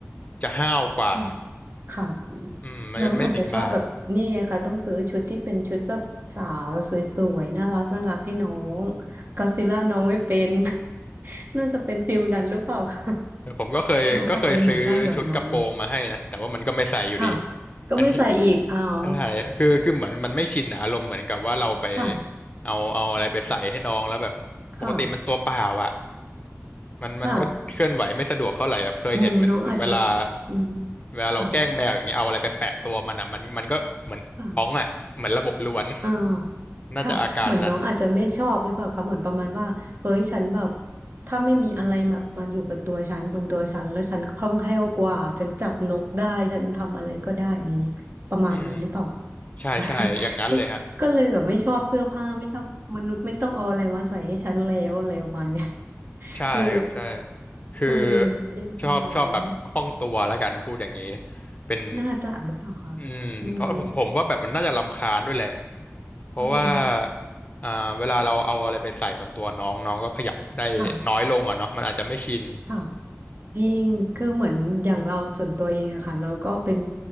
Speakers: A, on the left (about 30°); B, on the right (about 45°).
A: จะห้าวกว่า
B: อืมค่ะ
A: อืมมันก็ไม่ติดบ้าน
B: น้องอาจจะชอบแบบนี่ไงค่ะต้องซื้อชุดที่เป็นชุดแบบสาวสวยๆน่ารักน่ารักให้น้อง
A: <laughs>
B: ก็อดซิลล่าน้องไม่เป็น <laughs> น่าจะเป็นฟิลนั้นหรือเปล่าคะ
A: ผมก็เคยก็เคยซื้อชุดกระโปรงมาให้นะแต่ว่ามันก็ไม่ใส่อยู่ดี
B: น้องอาจจะอยากได้แบบนั้นค่ะก็ไม่ใส่อีกอ้าว
A: อันนี้ ใช่คือคือเหมือนมันไม่ชินนะอารมณ์เหมือนกับว่าเราไป
B: <laughs> ค่ะ
A: เอาเอาอะไรไปใส่ให้น้องแล้วแบบปกติมันตัวเปล่าอ่ะ
B: ค่ะ
A: มันมันก็เคลื่อนไหวไม่สะดวกเท่าไหร่แบบเคยเห็นมันเวลา
B: ค่ะอืมน้องอาจจะน้อง
A: เวลาเราแกล้งแมวอย่างเงี้ยเอาอะไรไปแปะตัวมันอะมันมันก็เหมือนร้องอะเหมือนระบบล้วน
B: ค่ะค่ะอ่า
A: <laughs> น่าจะอาการนั้น
B: ค่ะเหมือนน้องอาจจะไม่ชอบหรือเปล่าคะเหมือนประมาณว่าเฮ้ยฉันแบบถ้าไม่มีอะไรแบบมันอยู่กับตัวฉันบนตัวฉันแล้วฉันคล่องแคล่วกว่าฉันจับนกได้ ฉันทำอะไรก็ได้นี้ประมาณนี้หรือเปล่าคะ
A: อืมใช่ใช่
B: <laughs>
A: อย่างนั้นเลยฮะ
B: ก็ก็เลยแบบไม่ชอบเสื้อผ้าไม่ชอบมนุษย์ไม่ต้องเอาอะไรมาใส่ให้ฉันแล้วอะไรประมาณเนี้ย <laughs>
A: ใช่ครับใช่
B: เออ
A: คือ
B: เออเอ็นดูน้อง
A: ชอบชอบแบบคล่องตัวแล้วกันพูดอย่างนี้เป็น
B: น่าจะหรือเปล่าคะอืม
A: อืมเพราะผมผมว่าแบบมันน่าจะรำคาญด้วยแหละเพราะว่า
B: อืม
A: อ่าเวลาเราเอาอะไรไปใส่บนตัวน้องน้องก็ขยับได้น้อยลงอ่ะเนาะมันอาจจะไม่ชิน
B: ค่ะค่ะจริงคือเหมือนอย่างเราส่วนตัวเองอะค่ะเราก็เป็น